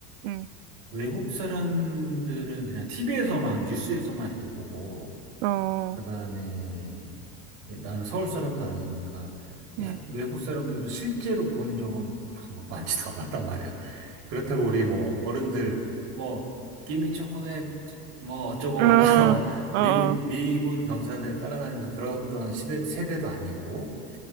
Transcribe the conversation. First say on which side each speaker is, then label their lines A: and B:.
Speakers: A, on the right (about 90°); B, on the right (about 65°).
A: 음,
B: 외국 사람들은 그냥 TV에서만, 뉴스에서만 이렇게 보고,
A: 어,
B: 그다음에 나는 서울 사람도 아니니까 해-
A: 음,
B: 외국 사람들도 실제로 본 적은 <laughs> 뭐 많지도 않았단 말이야. 그렇다고 우리 뭐 어른들 뭐 기미 초콜릿 뭐 어쩌고
A: 어,
B: <laughs> 어,
A: 어,
B: 미국
A: 어,
B: 미군 병사들 따라다니면서 그랬던 시대 세대도 아니고